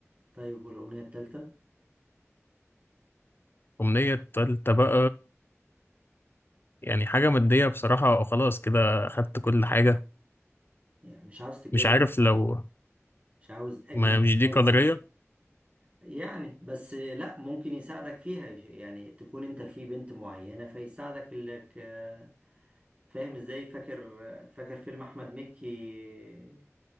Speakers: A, on the right; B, on the left.
A: طيب والامنية التالتة
B: الامنيه التالته بقى يعني حاجه ماديه بصراحه خلاص كده اخدت كل حاجه
A: يعني مش عاوز تتجوز
B: مش عارف لو
A: مش عاوز اجمل
B: ما مش دي
A: اجمل
B: قدريه
A: يعني بس لا ممكن يساعدك فيها يعني تكون انت في بنت معينة فيساعدك انك آه، فاهم ازاي فاكر فاكر فيلم احمد مكي